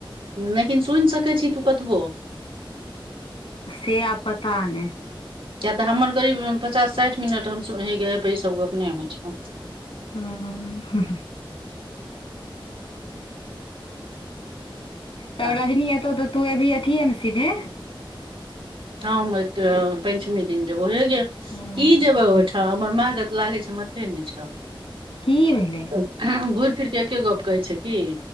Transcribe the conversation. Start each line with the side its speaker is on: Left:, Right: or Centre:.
Right: लेकिन सुनि सकैत छी तू कतबो।
Left: से आब पता नहि।
Right: किएक तऽ हमर करीब पचास साठि मिनट हम सुने ईसभ गप नहि होइ छ।
Left: हँ। तब
Right: छै
Left: रजनी एतौ तऽ तू एभी अथियएमे सीधे?
Right: हँ एते पञ्चमी दिन जबो हेग।
Left: हँ
Right: की जेबै ओहिठाम हमर माँ त लागै छै मथे ने छै
Left: की भेलै?
Right: घूरि फिर के एके गप कहै छै। की